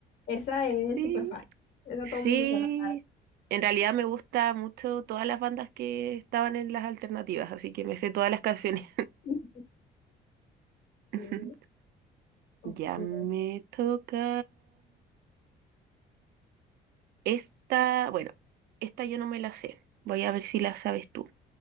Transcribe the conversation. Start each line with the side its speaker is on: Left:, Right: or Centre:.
Left: Esa es
Right: Sí.
Left: súper fácil. Esa
Right: Sí.
Left: todo el mundo se la
Right: En realidad me gusta mucho todas las bandas que estaban en las alternativas, así que me sé todas las canciones.
Left: sabe. <laughs>
Right: <laughs>
Left: Sí, ok.
Right: Ya me toca. Esta, bueno, esta yo no me la sé. Voy a ver si la sabes tú.